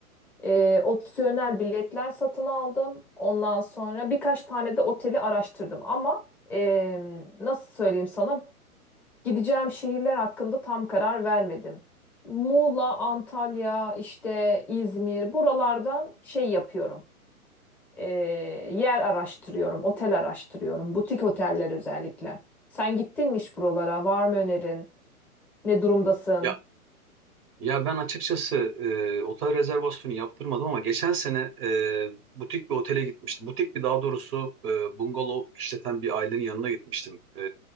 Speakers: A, in the centre; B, on the right.
A: Ee, opsiyonel biletler satın aldım. Ondan sonra birkaç tane de oteli araştırdım ama e, nasıl söyleyeyim sana? Gideceğim şehirler hakkında tam karar vermedim. Muğla, Antalya, işte İzmir buralardan şey yapıyorum. Ee, yer araştırıyorum, otel araştırıyorum, butik oteller özellikle. Sen gittin mi hiç buralara? Var mı önerin? Ne durumdasın?
B: Ya ya ben açıkçası e, otel rezervasyonu yaptırmadım ama geçen sene e, butik bir otele gitmiştim. Butik bir daha doğrusu e, bungalov işleten bir ailenin yanına gitmiştim. E,